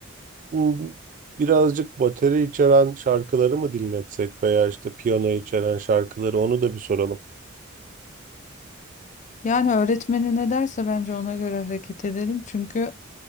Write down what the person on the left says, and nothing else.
Yani öğretmeni ne derse bence ona göre hareket edelim. Çünkü